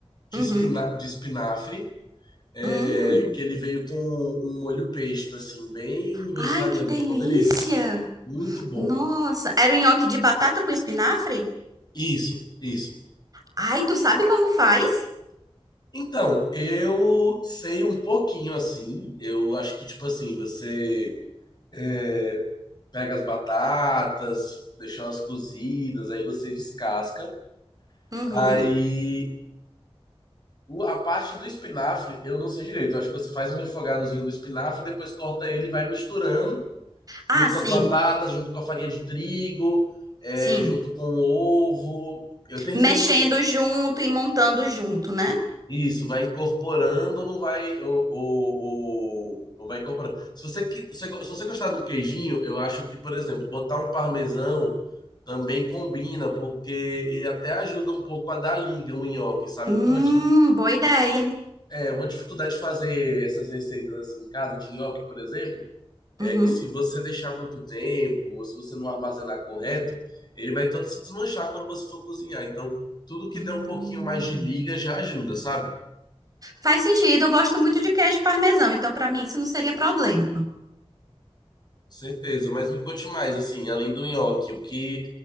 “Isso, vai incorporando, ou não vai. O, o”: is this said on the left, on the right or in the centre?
Left